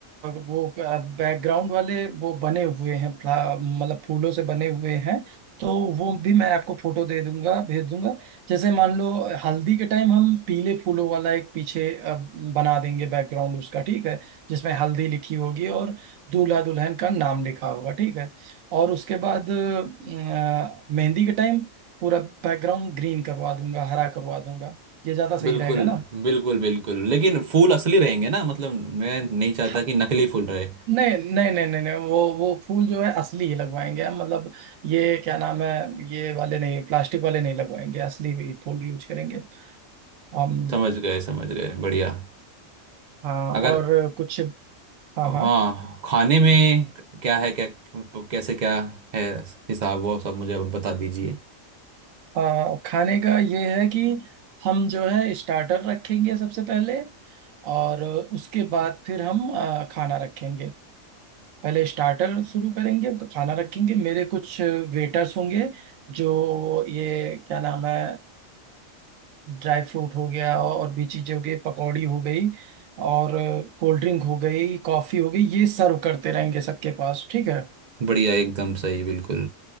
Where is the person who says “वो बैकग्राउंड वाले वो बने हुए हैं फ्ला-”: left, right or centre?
Right